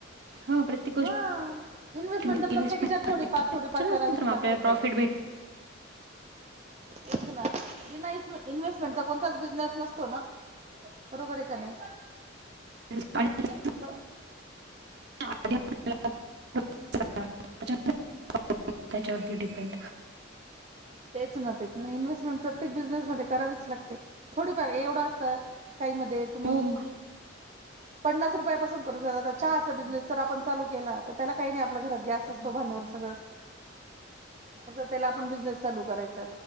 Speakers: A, on the right; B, on the right.
A: हा प्रत्येक
B: हा इन्स्टमेंट
A: गोष्टीमध्ये
B: तर प्रत्येक
A: इन्व्हेस्टमेंट
B: हेच्यात
A: करायची.
B: थोडीफार थोडीफार
A: त्याच्यानंतर
B: करावीच
A: मग आपल्याला
B: लागते
A: प्रॉफिट
B: ताई
A: भेट
B: तेच ना इन्व्हेस्टमेंटचा कोणताच बिझनेस नसतो ना? बरोबर आहे का नाही?
A: <unintelligible>
B: असं
A: आधी <unintelligible> त्याच्यावरती डिपेंड
B: तेच ना तेच ना इन्व्हेस्टमेंट प्रत्येक बिझनेसमध्ये करावीच लागते थोडीफार एवढं असतं काही मध्ये तुम्ही
A: हो
B: पन्नास रुपयापासून करू शकता आता चहाचा बिझनेस जर आपण चालू केला तर त्यालाकाही नाही आपल्या घरात गॅस असतो भांडवल सगळं फक्त त्याला आपण बिझनेस चालू करायचा.